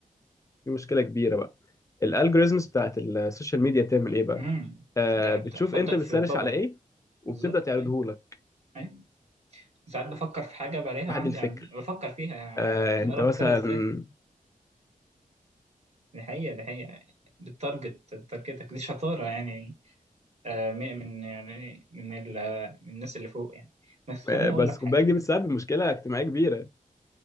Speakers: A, on the left; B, on the right.
A: في مشكله كبيره بقى الالجوريزمز بتاعت السوشيال ميديا بتعمل ايه بقى
B: امم
A: آه
B: ده
A: بتشوف
B: بتحطك
A: انت بتسرش
B: في بابل
A: على ايه وبتبدا
B: بالظبط
A: تعرضه
B: اي
A: لك
B: اي ساعات بفكر في حاجه بلاقيها
A: واحد
B: عندي
A: الفكر
B: يعني بفكر فيها يعني
A: آه انت
B: اعرف
A: مثلا
B: افكر ازاي دي حقيقه دي حقيقه بالتارجت بتارجتك دي شطاره يعني آه، من من- يعني من ال- من الناس اللي فوق يعني بس
A: <laughs>
B: خليني اقول
A: بس
B: لك
A: خد
B: حاجه
A: بالك دي بتسبب مشكله اجتماعيه كبيره